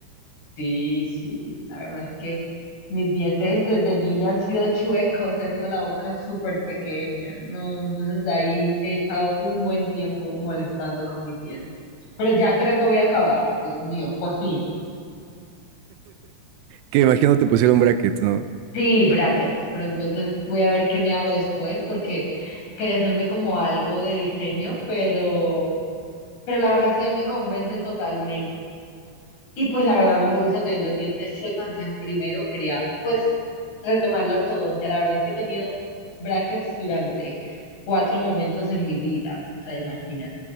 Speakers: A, on the left; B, on the right.
A: Sí, sí, la verdad es que mis dientes desde niña han sido chuecos, he tenido la boca súper pequeña, ¿no? Entonces de ahí he estado un buen tiempo molestando con mis dientes. Pero ya creo que voy a acabar, Dios mío, por fin.
B: Que imagino te pusieron brackets, ¿no?
A: Sí, brackets, pero entonces voy a ver qué me hago después porque quería hacerme como algo de diseño, pero, pero la verdad es que no me convence totalmente. Y pues la verdad no me gusta tener los dientes chuecos, entonces primero quería pues retomar la ortodoncia. La verdad es que he tenido brackets durante cuatro momentos en mi vida, o sea, imagínate.